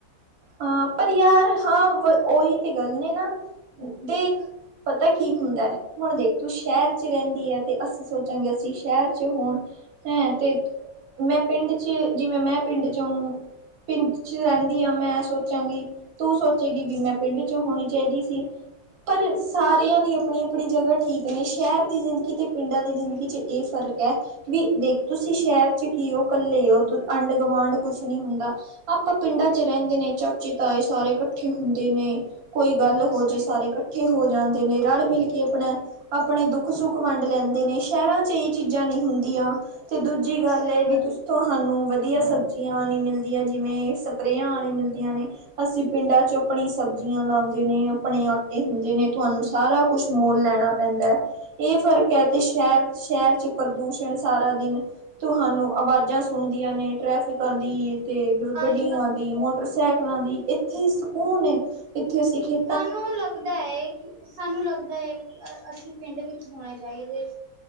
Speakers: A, on the right; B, on the right.
A: ਹਾਂ ਪਰ ਯਾਰ ਹਾਂ ਵ ਉਹੀ ਤੇ ਗੱਲ ਨੇ ਨਾ ਦੇਖ ਪਤਾ ਕੀ ਹੁੰਦਾ। ਹੁਣ ਦੇਖ ਤੂੰ ਸ਼ਹਿਰ 'ਚ ਰੈਂਦੀ ਐ ਤੇ ਅਸੀਂ ਸੋਚਾਂਗੇ ਅਸੀਂ ਸ਼ੈਰ 'ਚ ਹੋਣ ਹੈਂ ਤੇਤ ਮੈਂ ਪਿੰਡ 'ਚ ਜਿਵੇਂ ਮੈਂ ਪਿੰਡ ਚੋਂ ਪਿੰਡ 'ਚ ਰੈਂਦੀ ਆਂ ਮੈਂ ਸੋਚਾਂਗੀ ਤੂ ਸੋਚੇਗੀ ਵੀ ਮੈਂ ਪਿੰਡ ਚੋਂ ਹੋਣੀ ਚਾਈਦੀ ਸੀ। ਪਰ ਸਾਰਿਆਂ ਦੀ ਆਪਣੀ ਆਪਣੀ ਜਗ੍ਹਾ ਠੀਕ ਨੇ ਸ਼ੈਰ ਦੀ ਜ਼ਿੰਦਗੀ ਤੇ ਪਿੰਡਾਂ ਦੀ ਜ਼ਿੰਦਗੀ 'ਚ ਏ ਫਰਕ ਐ। ਬੀ ਦੇਖ ਤੁਸੀਂ ਸ਼ੈਰ 'ਚ ਕੀ ਓ ਕੱਲੇ ਓ ਤੁ ਅਂਢ-ਗਵਾਂਢ ਕੁਛ ਨੀ ਹੁੰਦਾ। ਆਪਾਂ ਪਿੰਡਾਂ 'ਚ ਰੈਂਦੇ ਨੇ। ਚਾਚੇ-ਤਾਏ ਸਾਰੇ ਕੱਠੇ ਹੁੰਦੇ ਨੇ ਕੋਈ ਗੱਲ ਹੋ
B: ਸਹੀ
A: ਜੇ ਸਾਰੇ ਕੱਠੇ ਕੱਠੇ ਹੋ ਜਾਂਦੇ ਨੇ ਰਲ ਮਿਲ ਕੇ ਆਪਣਾ ਆਪਣੇ ਦੁੱਖ-ਸੁੱਖ ਵੰਡ ਲੈਂਦੇ ਨੇ ਸ਼ੈਰਾਂ 'ਚ ਏ ਚੀਜਾਂ ਨੀ ਹੁੰਦੀਆਂ ਤੇ ਦੂਜ ਜੀ ਗੱਲ
B: ਸਹੀ
A: ਏ ਵੀ ਤੁਹਾਨੂੰ
B: ਹੈ
A: ਵਦੀਆ ਸਬਜ਼ੀਆਂ ਨੀ ਮਿਲਦੀਆਂ ਜਿਵੇਂ ਸਪਰੇਆਂ ਆਲੀ ਮਿਲਦੀ। ਯਾਨੀ ਅਸੀਂ ਪਿੰਡਾਂ 'ਚ ਆਪਣੀ ਸਬਜ਼ੀਆਂ ਲਾਂਦੇ ਨੀ ਆਪਣੇ ਆਟੇ ਹੁੰਦੇ ਨੇ ਤੁਹਾਨੂੰ ਸਾਰਾ ਕੁਛ ਮੁੱਲ ਲੈਣਾ ਪੈਂਦੈ ਇਹ ਫ਼ਰਕ ਐ ਤੇ ਸ਼ਹਿਰ ਸ਼ਹਿਰ 'ਚ ਪ੍ਰਦੂਸ਼ਣ ਸਾਰਾ ਦਿਨ ਤੁਹਾਨੂੰ ਅਵਾਜ਼ਾਂ ਸੁਣਦੀਆਂ ਨੇ ਟ੍ਰੈਫਿਕਾਂ ਦੀ ਤੇ
B: ਆਹੀ
A: ਗੱਡੀਆਂ
B: ਤਾਂ
A: ਦੀ ਮੋਟਰਸਾਈਕਲਾਂ ਦੀ ਇੱਥੇ ਸਕੂਨ ਏ ਇੱਥੇ ਅਸੀਂ ਖੇ
B: ਸਾਨੂੰ ਲੱਗਦਾ ਏ। ਸਾਨੂੰ ਲੱਗਦੈ ਕਿ ਅ ਅਸੀ ਪੇਂਡ ਵਿੱਚ ਹੋਨੇ ਚਾਈਦੇ ਸੀ,